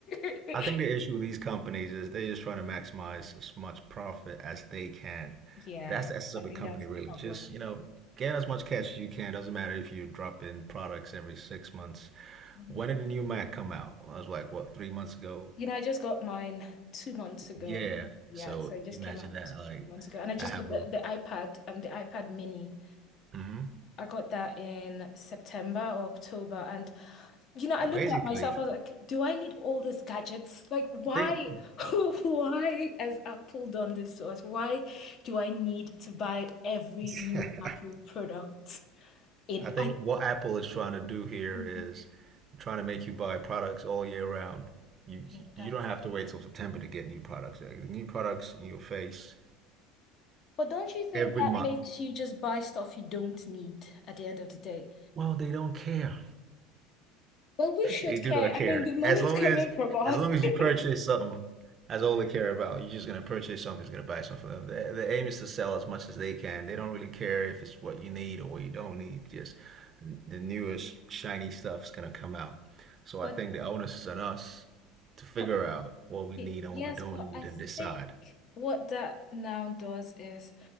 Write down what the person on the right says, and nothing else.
I think the issue with these companies is they're just trying to maximize as much profit as they can.
That's the essence of
a company,
really.
Just, you know, get as much cash as you can. Doesn't matter if you drop in products every six months.
When did the new Mac come out? I was like, what, three months ago?
Yeah.
So
imagine
that. Like,
I have
a,
hmm
basically,
they.
<laughs>
I think what Apple is trying to do here
is trying to make you buy products all year round. You
you don't have to wait till September to get new products. Like, The new products in your face
every
month.
Well, they don't care.
They do
not
care.
As long
as
as long as
you purchase something, that's all they care about. You're just gonna purchase something, just gonna buy something for them. The, the aim is to sell as much as they can. They don't really care if it's what you need or what you don't need. Just the, the newest shiny stuff's gonna come out. So
I think the onus is on us to figure
out what we
need and
what we don't
need
and decide.